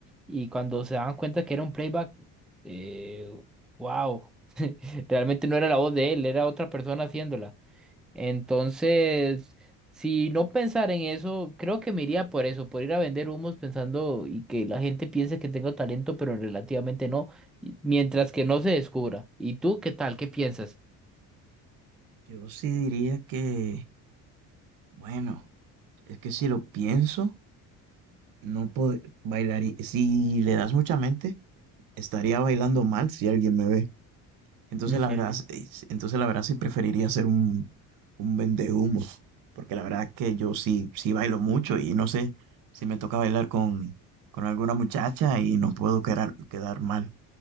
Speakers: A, in the centre; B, on the right.
A: y cuando se dan cuenta que era un playback, eh, wow, realmente no era la voz de él, era otra persona haciéndola. Entonces, si no pensar en eso, creo que me iría por eso, por ir a vender humos pensando y que la gente piense que tengo talento, pero relativamente no, y- mientras que no se descubra. ¿Y tú qué tal? ¿Qué piensas?
B: yo sí diría que, bueno, es que si lo pienso, no puedo bailar. Si le das mucha mente, estaría bailando mal si alguien me ve. Entonces
A: Ujú.
B: la verdad, es- entonces la verdad sí preferiría ser un, un vendehumos, porque la verdad que yo sí, sí bailo mucho y no sé si me toca bailar con, con alguna muchacha y no puedo quedar, quedar mal.